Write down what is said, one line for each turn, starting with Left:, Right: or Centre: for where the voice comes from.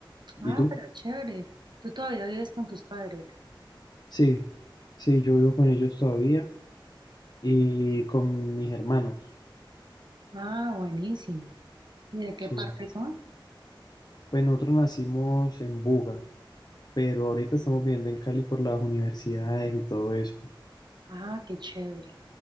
Left: ¿Y
Right: Ah,
Left: tú?
Right: pero chévere, tú todavía vives con tus padres.
Left: Sí, sí, yo vivo con ellos todavía y con mis hermanos,
Right: Ah, buenísimo. ¿Y de
Left: sí.
Right: qué parte son?
Left: Pues nosotros nacimos en Buga. pero ahorita estamos viendo en Cali por las universidades y todo eso.
Right: Ah, qué chévere.